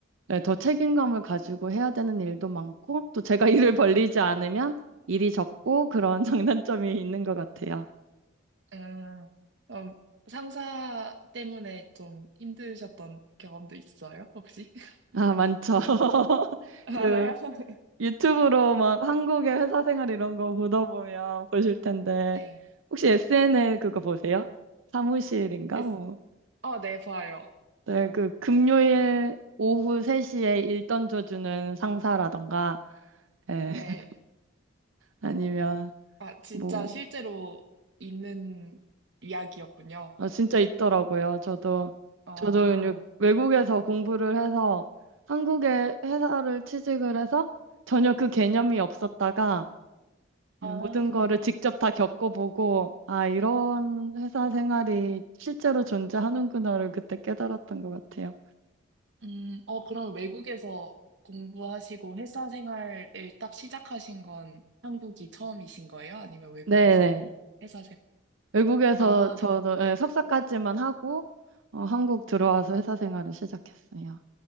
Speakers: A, on the right (about 80°); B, on the right (about 60°).
A: 네, 더 책임감을 가지고 해야 되는 일도 많고, 또 제가 <laughs> 일을 벌리지 않으면 일이 적고 그런 <laughs> 장단점이 있는 것 같아요.
B: 음, 그럼 상사 때문에 좀 힘드셨던 경험도 있어요, 혹시? <laughs>
A: 아, 많죠. <laughs>
B: 알아요?
A: 그
B: <laughs>
A: 유튜브로 막 한국의 회사 생활 이런 거 보다 보면 보실 텐데,
B: 네.
A: 혹시 SNL 그거 보세요? 사무실인가?
B: 에스-
A: 뭐.
B: 어, 네, 봐요.
A: 네, 그 금요일 오후 3시에 일 던져주는 상사라던가, 예,
B: 네.
A: <laughs> 아니면
B: 아, 진짜
A: 뭐,
B: 실제로 있는 이야기였군요.
A: 아 진짜 있더라고요. 저도,
B: 아,
A: 저도 이제 외국에서 공부를 해서 한국의 회사를 취직을 해서 전혀 그 개념이 없었다가
B: 아.
A: 예, 모든 거를 직접 다 겪어보고, 아, 이런 회사 생활이 실제로 존재하는구나를 그때 깨달았던 것 같아요.
B: 음, 어, 그럼 외국에서 공부하시고 회사 생활을 딱 시작하신 건 한국이 처음이신 거예요? 아니면 외국에서도
A: 네네.
B: 회사 생,
A: 외국에서
B: 아,
A: 저도
B: 하-
A: 예, 석사까지만 하고, 어, 한국 들어와서 회사 생활을 시작했어요.